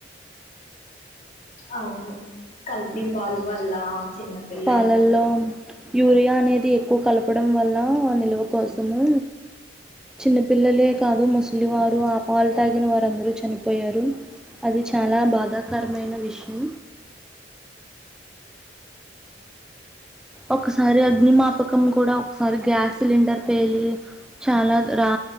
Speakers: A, on the left (about 40°); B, in the centre.
A: అవును కల్తీ
B: మ్
A: పాల వల్ల చిన్నపిల్ల
B: పాలల్లో యూరియా అనేది ఎక్కువ కలపడం వల్ల నిల్వ కోసము చిన్న పిల్లలే కాదు ముసలి వారు పాలు తాగిన వారందరూ చనిపోయారు అది చాలా బాధాకరమైన విషయం ఒక్కసారి అగ్ని మాప్ పకం కూడా ఒకసారి గ్యాస్ సిలిండర్ పేలి చాలా రా